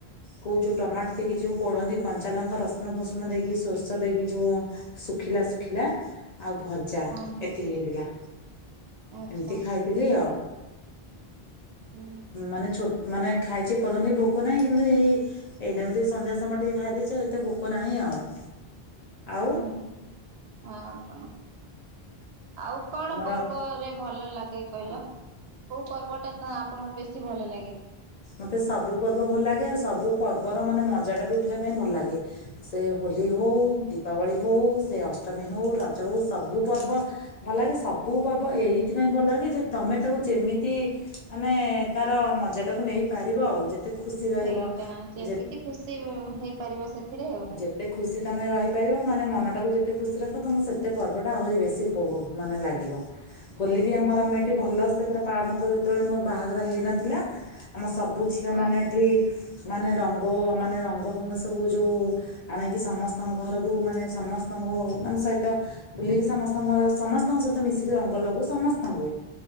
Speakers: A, on the left (about 50°); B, on the right (about 80°).
A: କୋଉ ଯୋଉ ଟମାଟ ଦେଇକି ଯୋଉ ପୋଡନ୍ତି କଞ୍ଚା ଲଙ୍କା ରସୁଣ ଫୁସୁଣ ଦେଇକି ସୋରିଷ ଦେଇକି ଯୋଉ ଶୁଖିଲା ଶୁଖିଲା ଆଉ ଭଜା
B: ହଁ ହଁ।
A: ଏତିକି ହେଇଥିଲା।
B: ଆଚ୍ଛା
A: ଏମିତି ଖାଇଥିଲି ଆଉ।
B: ହୁଁ
A: ମାନେ ଛୋଟ ମାନେ ଖାଇଚି ଏ ପର୍ଯ୍ୟନ୍ତ ବି ଭୋକ ନାହିଁ। କିନ୍ତୁ ଏଇ ଏଇନା ବି ଟିକେ ସନ୍ଧ୍ୟା ସମୟ ଟିକେ ଖାଇଦେଇଚି, ଏତେ ଭୋକ ନାହିଁ ଆଉ। ଆଉ
B: ହୁଁ ଆଉ କଣ? ଆଉ କଣ
A: ତମର
B: ପର୍ବରେ ଭଲ ଲାଗେ? କହିଲ କୋଉ ପର୍ବଟା ତ ଆପଣଙ୍କୁ ବେଶୀ ଭଲ ଲାଗେ?
A: ମତେ ସବୁ ପର୍ବ ଭଲ ଲାଗେ। ଆଉ ସବୁ ପର୍ବର ମାନେ ମଜା ଟା ବି ଉଠେଇବା ପାଇଁ ଭଲ ଲାଗେ। ସେ ହୋଲି ହୋଉ, ଦୀପାବଳି ହୋଉ, ସେ ଅଷ୍ଟମୀ ହଉ, ରଜ ହଉ, ସବୁ ପର୍ବ ଭଲ ଲାଗେ ସବୁ ପର୍ବ ଏଇଥିପାଇଁ ଭଲ ଲାଗେ ଯେ ତମେ ତାକୁ ଯେମିତି ମାନେ ତାର ମଜା ଟାକୁ ନେଇ ପାରିବ ଆଉ ଯେତେ ଖୁସି ରହିବ।
B: ସେଇଟା ଯେମିତି
A: ଯେ
B: ଖୁସି ହେଇପାରିବ ସେଥିରେ ଆଉ
A: ଯେତେ ଖୁସି ତମେ ରହି ପାଇବ ମାନେ ମନ ଟାକୁ ଯେତେ ଖୁସି ରଖିବ ତମ ସେତେ ପର୍ବ ଟା ଆହୁରି ବେଶୀ ଉପଭୋଗ ମାନେ ଲାଗିବ। ହୋଲି ବି ଆମର ଆମେ ଏଇଠି
B: ହଁ
A: ଭଲ
B: ହଁ
A: ସେ ପୁରା ପାଳନ କରୁ। ଯେତେବେଳେ ମୋର ବାହାଘର ହେଇନଥିଲା। ଆମ ସବୁ ଝିଅମାନେ
B: ହଁ
A: ଏଠି ମାନେ ରଙ୍ଗ ମାନେ ରଙ୍ଗ ଭଙ୍ଗ ସବୁ ଯୋଉ ଉଁ ଆଣାକି ସମସ୍ତଙ୍କ ଘରକୁ ମାନେ ସମସ୍ତଙ୍କୁ ମାନେ ସହିତ ବୁଲିକି ସମସ୍ତଙ୍କର ସମସ୍ତଙ୍କ ସହିତ ମିଶିକି ରଙ୍ଗ ଲଗୁ ସମସ୍ତଙ୍କୁ।